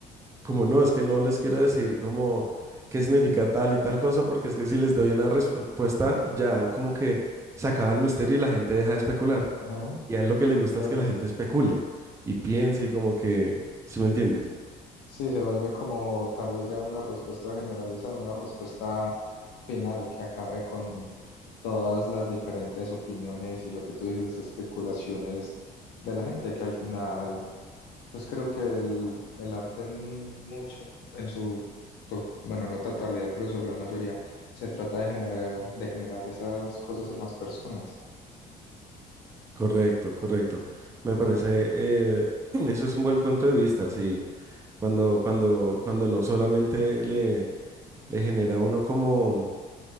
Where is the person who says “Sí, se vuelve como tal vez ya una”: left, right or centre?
Left